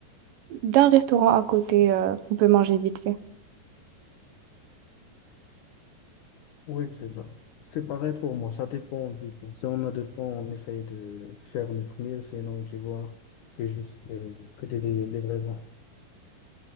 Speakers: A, on the right; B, on the left.
A: d'un restaurant à côté euh, qu'on peut manger vite fait.
B: Oui, c'est ça. C'est pareil pour moi, ça dépend du temps. Si on a de temps, on essaye de faire notre mieux, sinon, tu vois, je fais juste euh, que des, des, des raisins.